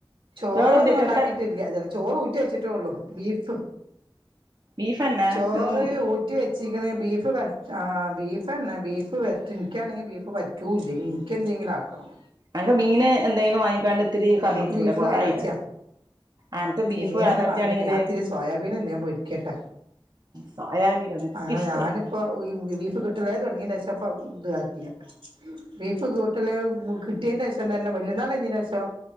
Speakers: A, on the right; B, on the right.
A: ചോറൊന്നും
B: ചോറെന്തേറ്റി
A: ഉണ്ടാക്കിട്ടില്ല
B: എന്താ
A: ച ചോറ് ഊ റ്റി വച്ചിട്ടേ ഉള്ളൂ ബീഫ്
B: ബീഫെന്നെ
A: ചോറ്
B: ഉം
A: ഊ റ്റി വെച്ചിരിക്കുന്നത് ബീഫ് ആഹ് ബീഫ് തന്നെ ബീഫ് വരട്ട് എനിക്കാണെങ്കിൽ ബീഫ് പ പറ്റൂല്ല ഇനി എനിക്ക്‌ എന്തെങ്കിലും ആക്കണം
B: അനക്ക് മീന് എന്തേലും വാങ്ങിക്കാണ്ട് ഇത്തിരി കറി
A: നമ്മക്ക്
B: വെച്ചൂടെ
A: ബീഫ്
B: കൊറായില്ലേ
A: അലർജിയാ
B: അനക്ക് ബീഫ്
A: മീൻ
B: അലർജി
A: ഒന്നും വാങ്ങീല്ല
B: ആണെങ്കില്
A: ഞാൻ ഇത്തിരി സോയാബീൻ എന്തങ്കിലും പൊരിക്കട്ടെ
B: സോയാബീനൊന്നും ഇക്ക്
A: ആഹ്
B: ഇഷ്ടല്ല
A: ഞാനിപ്പോ ബീഫ് കിട്ട ള്ള തുടങ്ങിയേഷം പ്പം ഇതു ആകില്ല ബീഫ് കൂട്ട കിട്ടിയതിന്റെ ശേഷം തന്നെ വലിയ പെരുന്നാൾ കഴിഞ്ഞ ശേഷം